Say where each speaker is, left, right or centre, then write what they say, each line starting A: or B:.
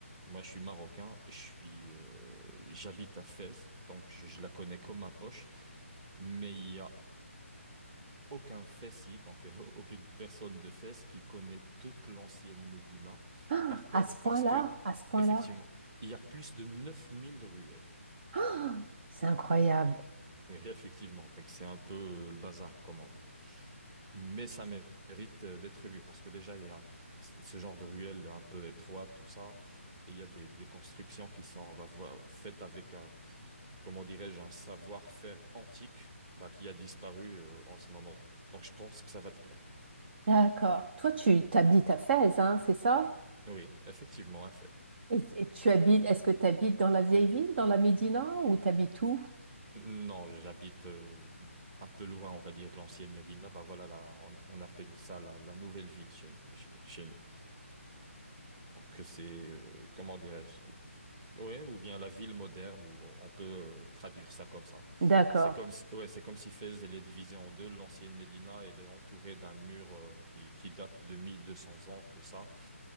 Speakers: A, on the right (about 25°); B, on the right (about 45°).
A: Moi, je suis marocain, je suis, euh, j'habite à Fès, donc je, je la connais comme ma poche. Mais il y a aucun fessi, donc euh, aucune personne de Fès qui connaît toute l'ancienne Médina
B: Ah,
A: par cœur
B: à ce point-là,
A: parce que,
B: à ce point-là.
A: effectivement, il y a plus de 9000 ruelles.
B: Ah, c'est incroyable.
A: Oui, <laughs> effectivement, donc c'est un peu euh, le bazar, comme on dit. Mais ça mérite euh, d'être vu parce que déjà, il y a c- ce genre de ruelles un peu étroites, tout ça. Et il y a des, des constructions qui sont bah, voilà, faites avec un, comment dirais-je, un savoir-faire antique bah, qui a disparu euh, en ce moment. Donc je pense que ça va te plaire.
B: D'accord. Toi, tu t'habites à Fès, hein, c'est ça?
A: Oui, effectivement, un
B: Et, et tu habites, est-ce que tu habites dans la vieille ville, dans la Médina, ou tu habites où?
A: Non, j'habite euh, un peu loin, on va dire, de l'ancienne Médina. Bah voilà, là, on, on appelle ça la, la nouvelle ville chez, chez- chez nous. Donc c'est, euh, comment dirais-je? Ouais, ou bien la ville moderne, ou on peut euh, traduire ça comme ça.
B: D'accord,
A: C'est comme si, ouais, c'est comme si Fès, elle est divisée en deux. L'ancienne Médina, elle est entourée d'un mur euh, qui, qui date de 1200 ans, tout ça.